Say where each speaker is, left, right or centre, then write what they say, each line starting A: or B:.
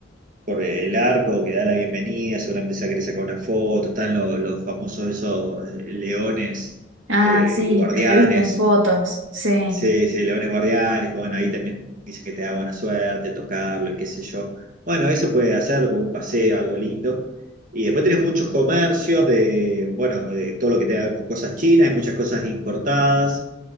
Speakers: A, on the right; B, on the right.
A: por el arco que da la bienvenida, seguramente se va a querer sacar una foto, están los los, famosos esos eh, leones,
B: Ah,
A: eh,
B: sí,
A: guardianes,
B: los he visto en fotos, sí.
A: Sí, sí, leones guardianes, que bueno, ahí también dice que te da buena suerte tocarlo y qué sé yo. Bueno, eso puede hacerlo como un paseo, algo lindo. Y después tenés muchos comercios de, bueno, de todo lo que tenga que ver con cosas chinas, hay muchas cosas importadas.